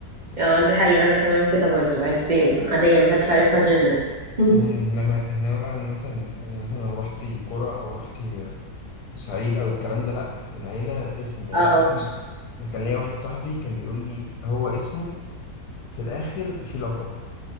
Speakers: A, on the right (about 65°); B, on the left (about 70°).
A: اه دي حقيقة انا كمان كده برضو عيلتي عادية محدش عارفها غيرنا يعني <laughs>
B: مم، انما انما بقى ان مثلا ان مثلا لو رحتي قرى او رحتي صعيد او الكلام ده لا العيله اسم العيله
A: اه
B: اصلا انا كان ليا واحد صاحبي كان بيقول لي هو اسمه في الاخر في لقب